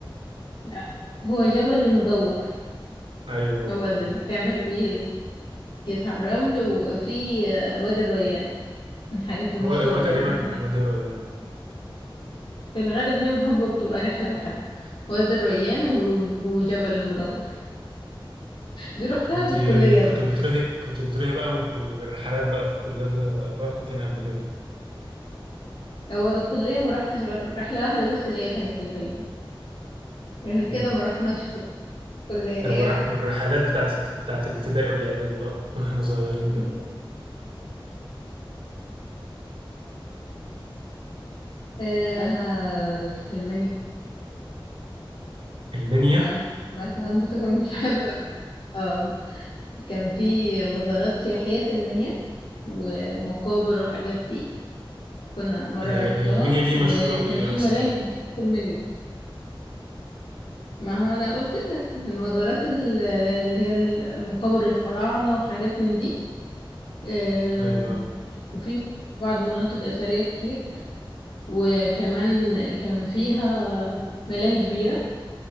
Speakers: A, on the left (about 80°); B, on the right (about 75°).
A: لا هو جبل المدور
B: ايوه هو
A: هو اللي بتعمل بيه جيت على الرمل وفي آه، وادي الريان من الحاجات المشهورة
B: هو هو تقريبا
A: جدا هناك
B: وادي الريان
A: في الغالب هي محبة بتبقى رحلة واحدة وادي الريان و- وجبل المدور دي رحتها
B: انت
A: في الكلية بقى
B: كنت بتروحي كنت بتروحي بقى وانت- بالرحلات بقى في الكلية كده رحت فين قبل كده؟
A: هو الكلية ما رحتش غير رحلة واحدة بس اللي هي كانت الفيوم غير كده
B: مم.
A: ما رحناش في الكلية
B: طب
A: أي
B: والر- والرحلات بتاعت بتاعت الابتدائي والإعدادي بقى واحنا صغيرين
A: رحلات
B: كده
A: آه، في المنيا
B: المنيا
A: ما ما ما- منطقة <laughs> مش عارفة اه كان في مزارات سياحية في المنيا ومقابر وحاجات دي كنا مرة
B: هي
A: رحتها
B: هي المنيا دي
A: وكان
B: مشهورة بإيه
A: في
B: أصلا؟
A: ملاهي كبيرة في المنيا ما هو أنا قلت لك المزارات ال- اللي هي المقابر الفراعنة وحاجات من دي آه،
B: أيوه
A: وفي بعض مناطق أثرية كتير وكمان كان فيها ملاهي كبيرة